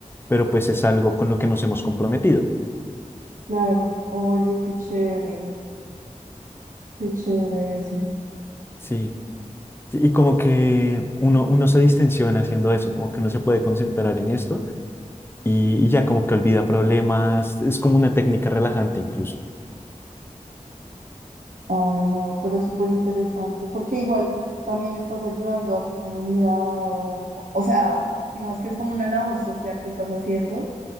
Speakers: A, on the left (about 15°); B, on the right (about 80°).
A: pero pues es algo con lo que nos hemos comprometido.
B: Claro. Oye, qué chévere. Qué chévere eso.
A: Sí. Sí, Y como que uno, uno se distensiona haciendo eso, como que uno se puede concentrar en esto y, y ya como que olvida problemas, es como una técnica relajante incluso.
B: Ay, no, pero es súper interesante, porque igual también estás ayudando a tu comunidad, o, o sea, digamos que es como una labor social que estás haciendo,